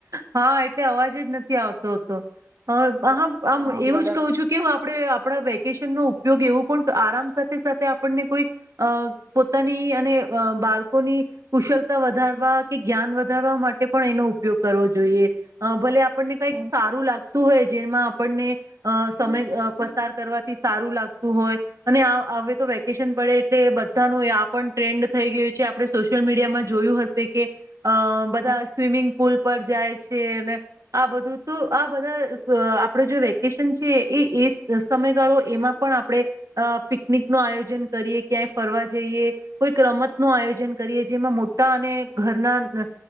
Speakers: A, on the right (about 80°); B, on the right (about 45°).
A: હા એટલે અવાજ જ નથી આવતો હતો. હા આમ
B: હા
A: એવું
B: બરાબર
A: જ કહું છું કે હું આપડે આપડા. ઉપયોગ એવું પણ આરામ સાથે સાથે આપણને કોઈ પોતાની અને બાળકોની કુશળતા વધારવા કે જ્ઞાન વધારવા માટે પણ એનો. ઉપયોગ કરવો જોઈએ ભલે. આપણને કંઈક
B: હમ
A: સારું લાગત. ું હોય જેમાં આપણને અ સમય પસાર કરવાથી સારું લાગતું હોય અને હવે તો વેકેશન પડે એટલે બધાનું આ પણ ટ્રેન્ડ થઈ ગયું છે આપણે સોશિયલ મીડિયામાં જોયું હશે કે. અ બધા
B: હા
A: સ્વિમિંગ સ્કૂલ પર જાય છે અને આ બધું તો આ બધા આપડ જો વેકેશન છે એ એ સમયગાળો એમાં પણ આપણે પિકનિક નું આયોજન કરીએ ક્યાંય ફરવા જઈએ કોઈક રમત નું આયોજન કરીએ જેમાં મોટા અને ઘરના.